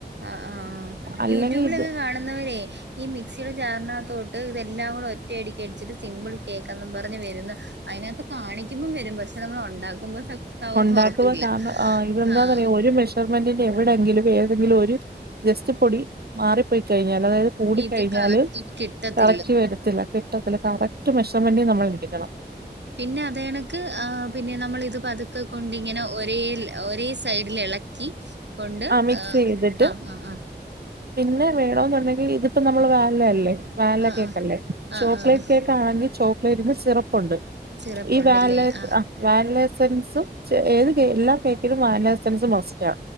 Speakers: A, on the right; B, on the right.
A: ആ ആ ആ
B: അല്ലെങ്കിൽ
A: യൂട്യൂബിലൊക്കെ
B: ഇത്
A: കാണുന്നവരെ ഈ മിക്സുടെ ജാറിനകത്തോട്ട് ഇതെല്ലാം കൂടെ ഒറ്റയടിക്ക് അടിച്ചിട്ട് സിമ്പിൾ കേക്കാന്നും പറഞ്ഞു <unintelligible> അതിനകത്ത് കാണിക്കുമ്പോം വരും പക്ഷെ നമ്മൾ ഉണ്ടാക്കുമ്പോ <unintelligible>
B: ഉണ്ടാക്കുക
A: ഉറപ്പില്ല
B: കാരണം ആ ഇതെന്താന്നറിയോ
A: ആഹ്
B: ഒരു <unintelligible> <unintelligible> എവിടെങ്കിലും ഏതെങ്കിലും ഒരു ജസ്റ്റ് പൊടി മാറിപ്പോയി കഴിഞ്ഞാൽ അതായത് കൂടിക്കഴിഞ്ഞാല്
A: ഇത് കറക്റ്റ് കിട്ടത്തില്ല
B: കറക്റ്റ് വരത്തില്ല. <unintelligible> കറക്റ്റ് മെഷർമെന്റി നമ്മൾ എടുക്കണം
A: പിന്നെ അദേ കണക്ക് ആ പിന്നെ നമ്മൾ ഇത് പതുക്കെ കൊണ്ട് ഇങ്ങനെ ഒരേ <unintelligible> <unintelligible> ഇളക്കി കൊണ്ട് ഉം
B: ആ മിക്സ് ചെയ്തിട്ട്
A: ആ ആ ആ
B: പിന്നെ വേണൊന്നുണ്ടെങ്കിൽ ഇത്പ്പോ നമ്മള് വാനിലയല്ലേ വാനില
A: ആഹ്
B: കേക്കല്ലേ.
A: ആഹ് ആഹ്
B: ചോക്ലേറ്റ്
A: ആഹ്
B: കേക്കാണെങ്കിൽ ചോക്ലേറ്റിന്റെ സിറപ്പുണ്ട്.
A: സിറപ്പുണ്ടല്ലേ
B: ഈ വാനില <unintelligible>
A: ആഹ്
B: വാനില എസൻസും. <unintelligible> ഏത് <unintelligible> എല്ലാ കേകിലും വാനില എസ്സെൻസ് മാസ്റ്റാ.